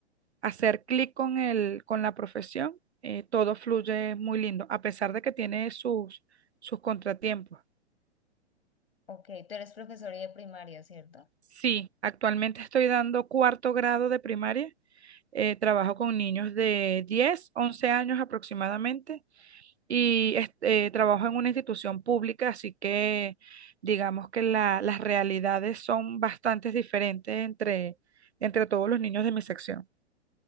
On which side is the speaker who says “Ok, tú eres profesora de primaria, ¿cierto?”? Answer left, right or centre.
Left